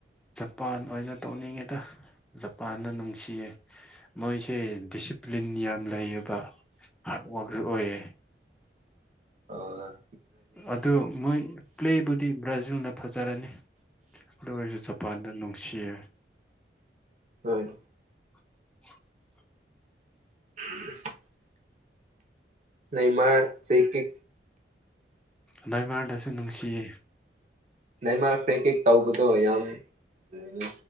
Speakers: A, in the centre; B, on the right.
A: ꯖꯄꯥꯟ ꯑꯣꯏꯅ ꯇꯧꯅꯤꯡꯉꯦꯗ ꯖꯄꯥꯟꯗ ꯅꯨꯡꯁꯤꯌꯦ ꯃꯣꯏꯁꯦ ꯗꯤꯁꯤꯞ ꯂꯤꯟ ꯌꯥꯝ ꯂꯩꯌꯦꯕ ꯍꯥꯔꯠ ꯋꯥꯔꯛꯁꯨ ꯑꯣꯏꯌꯦ
B: ꯑ
A: ꯑꯗꯨ ꯃꯣꯏ ꯄ꯭ꯂꯦꯕꯨꯗꯤ ꯕ꯭ꯔꯥꯖꯤꯜꯅ ꯐꯖꯔꯅꯤ ꯑꯗꯨ ꯑꯣꯏꯔꯁꯨ ꯖꯄꯥꯟꯗ ꯅꯨꯡꯁꯤꯌꯦ
B: ꯍꯣꯢꯅꯦ
A: <inaudible>
B: <inaudible> ꯂꯩꯃ ꯇꯦꯀꯤ
A: ꯅꯥꯏꯃꯥꯔꯗꯁꯨ ꯅꯨꯡꯁꯤꯌꯦ
B: ꯅꯩꯃꯥꯔ ꯐ꯭ꯔꯦꯛ ꯀꯤꯡ ꯇꯧꯕꯗꯣ ꯌꯥꯝ ꯎ